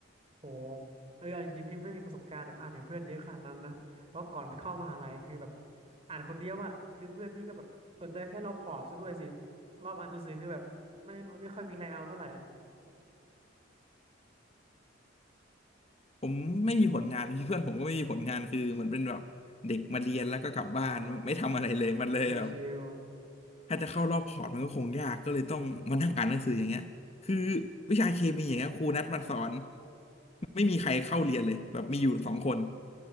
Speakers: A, on the right (about 30°); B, on the left (about 35°).
A: โหเออเอาจริงๆพี่ไม่มีประสบการณ์แบบอ่านถึงเพื่อนเยอะขนาดนั้นนะเพราะก่อนเข้ามหาลัยคือแบบอ่านคนเดียวอะคือเพื่อนพี่ก็แบบสนใจแค่รอบพอร์ตซะด้วยสิรอบอ่านหนังสือคือแบบไม่ไม่ค่อยมีใครเอาเท่าไหร่
B: ผมไม่มีผลงานพี่เพื่อนผมก็ไม่มีผลงานคือเหมันเป็นแบบเด็กมาเรียนแล้วก็กลับบ้านไม่ไม่ทำอะไรเลยมันเลยแบบ
A: อ่าชิว
B: ถ้าจะเข้ารอบพอร์ตมันก็คงยากก็เลยต้องมานั่งอ่านหนังสืออย่างเงี้ยคือวิชาเคมีอย่างเงี้ยครูนัดมาสอนไม่มีใครเข้าเรียนเลยแบบมีอยู่สองคน